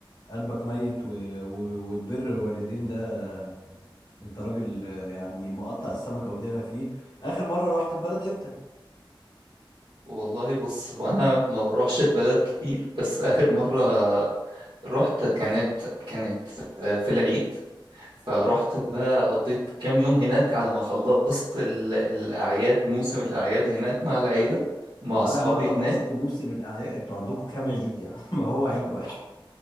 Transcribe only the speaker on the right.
والله بص هو انا ما بروحش البلد كتير بس اخر مره رحت كانت كانت آه، في العيد فرحت بقى قضيت كام يوم هناك على ما خلصت ال- الاعياد موسم الاعياد هناك مع العيله مع
اصحابي
هناك